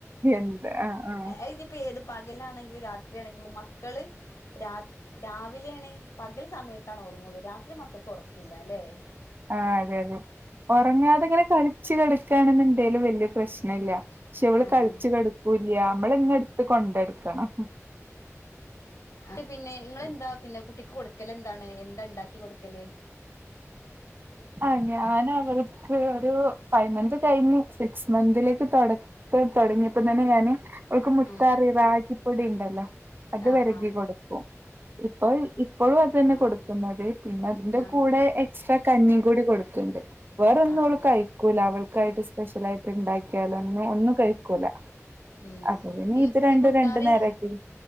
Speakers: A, on the right; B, on the left.
A: എന്ത് ആഹ് ആഹ്
B: അതിപ്പേത് പകലാണെങ്കിലും രാത്രിയാണെങ്കിലും മക്കള് രാ രാവിലെയാണ് പകൽ സമയത്താണ് ഓർങ്ങുള്ളൂ. രാത്രി മക്കക്ക് ഒറക്കില്ല അല്ലേ?
A: ആഹ് അതെ അതെ. ഒറങ്ങാതെങ്ങനെ കളിച്ച് കടക്കാണെന്നുണ്ടേലും വല്യ പ്രശ്ന ഇല്ല പക്ഷേ ഇവള്
B: ആഹ്
A: കളിച്ച് കെടക്കൂല്ല്. യാ നമ്മള്ങ്ങനെ എടുത്ത് കൊണ്ടടുക്കണം
B: ആഹ് ട്ട് പിന്നെ ഇങ്ങളെന്താ പിന്ന കുട്ടിക്ക് കൊടുക്കല് എന്താണ്? എന്താ ഇണ്ടാക്കി കൊടുക്കല്?
A: ആഹ് ഞാനവൾക്ക് ഒരു ഫൈവ് മന്ത് കഴിഞ്ഞു സിക്സ് മന്തിലേക്ക് തൊട ക്ക തൊടങ്ങിയപ്പത്തന്നെ ഞാന് അവൾക്ക് മുത്താറി
B: ഉം
A: റാഗിപ്പൊടി ഇണ്ടല്ലോ അത്
B: ആഹ്
A: വെരകി
B: ആഹ്
A: കൊടുക്കും ഇപ്പൾ ഇപ്പോഴും അത് തന്നെ
B: ആഹ്
A: കൊടുക്കുന്നത്. പിന്നെ അതിന്റെ
B: ആഹ്
A: കൂടെ എക്സ്ട്രാ കഞ്ഞീം കൂടി കൊടുക്ക്ണ്ട്. വേറ ഒന്നും
B: ആഹ്
A: അവൾ
B: ആഹ്
A: കഴി ക്കൂല. അവൾക്കായിട്ട് സ്പെഷ്യലായിട്ട് ഇണ്ടാക്കിയാലൊന്നും ഒന്നും കഴിക്കൂല.
B: ഉം
A: അപ്പ പിന്നെ
B: ഈ
A: ഇത് രണ്ടും
B: ഈ മുത്താറി
A: രണ്ട് നേരാക്കി.